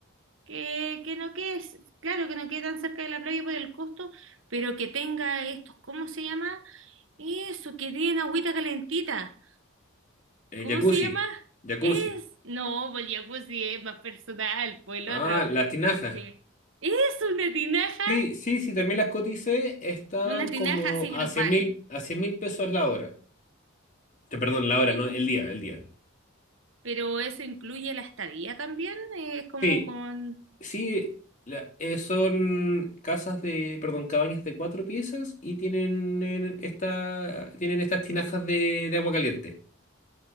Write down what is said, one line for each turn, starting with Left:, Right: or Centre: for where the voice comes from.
Right: que, que no quede, claro, que no quede tan cerca de la playa por el costo, pero que tenga estos, ¿cómo se llama? Eso, que tiene agüita calentita.
Left: eh,
Right: ¿Cómo
Left: jacuzzi,
Right: se llama?
Left: jacuzzi.
Right: Es, no, pues el jacuzzi es más personal, pues el
Left: Ah,
Right: otro,
Left: las tinajas.
Right: el que es una tinaja,
Left: Sí, sí, sí, también las coticé, estaban
Right: una tinaja
Left: como
Right: así
Left: a
Right: grupal.
Left: cien mil, a cien mil pesos la hora. Te perdón, la hora,
Right: Y,
Left: no, el día, el día.
Right: Pero eso incluye la estadía también, eh, es como
Left: Sí,
Right: con...
Left: sí, la- eh, son casas de, perdón, cabañas de cuatro piezas y tienen eh, esta, tienen estas tinajas de, de agua caliente.